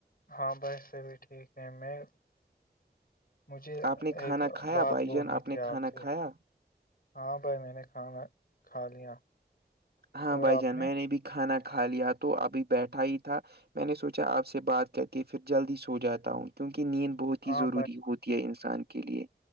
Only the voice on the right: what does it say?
آپ نے
کھانا کھایا
بھائی
جان
نے کھانا
کھایا
ہاں
بھائی
جان میں نے بھی کھانا کھا لیا تو ابھی بیٹھا ہی تھا میں نے سوچا آپ سے بات کر کے پھر جلدی سو جاتا ہوں کیونک نیند بہت ہی
ضروری ہوتی ہے انسان کے لیے